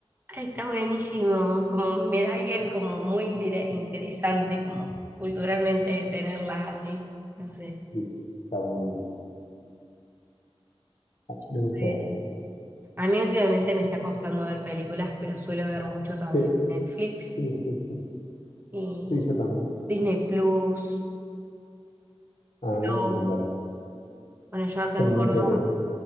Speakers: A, on the right; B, on the left.
A: Ay, está buenísimo. Como me da alguien como muy intere- interesante, como culturalmente tenerlas así. No sé.
B: y está muy bueno. Me
A: Yo soy-
B: gusta.
A: A mí últimamente me está costando ver películas, pero suelo ver mucho también
B: Sí,
A: Netflix
B: sí, sí, sí.
A: y
B: Sí, yo también.
A: Disney Plus,
B: Ah,
A: Flow.
B: mira.
A: Bueno, yo acá
B: Yo
A: en
B: en un
A: Córdoba,
B: momento... de-